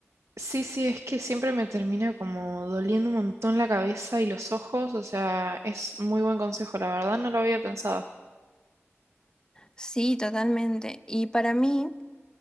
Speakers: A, on the right; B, on the left.
A: Sí, sí, es que siempre me termina como doliendo un montón la cabeza y los ojos. O sea, es muy buen consejo, la verdad no lo había pensado.
B: Sí, totalmente. Y para mí.